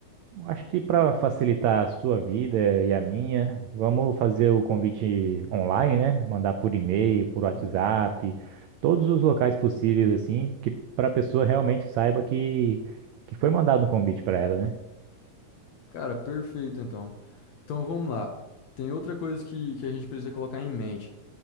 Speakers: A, on the right; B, on the left.
A: Acho que para facilitar a sua vida e a minha, vamos fazer o convite online, né? Mandar por e-mail, por WhatsApp,
B: Uhum.
A: todos os locais possíveis assim, que para a pessoa realmente saiba que que foi mandado um convite para ela, né?
B: Cara, perfeito então. Então vamos lá. Tem outra coisa que, que a gente precisa colocar em mente.